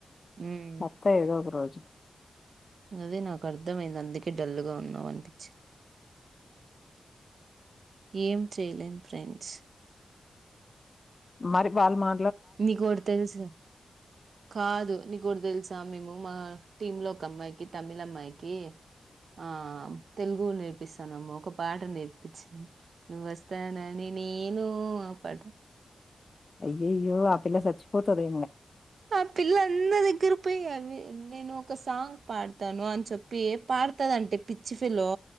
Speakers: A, on the right; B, on the left.
A: మ్మ్.
B: మత్త ఏదో ఒక రోజు మ్మ్
A: అదే నాకు అర్థమయింది అందుకే డల్లుగా ఉన్నావు అనిపించింది ఏం చేయలేం ఫ్రెండ్స్
B: మరిపాల మా
A: నీకోటి తెలుసా కాదు నీకోటి తెలుసా మేము మా టీమ్ లో ఒక అమ్మాయికి తమిళ అమ్మాయికి ఆ తెలుగు నేర్పిస్తానము ఒక పాట నేర్పించ నువ్వ వస్తానని నేను ఆ పాట
B: అయ్యయ్యో ఆ పిల్ల సచ్చిపోతది
A: ఆ పిల్లన్నదికు చె పోయి అవి నేను ఒక సాంగ్ పాడతాను అని చెప్పి పాడతందింటే పిచ్చి ఫిలో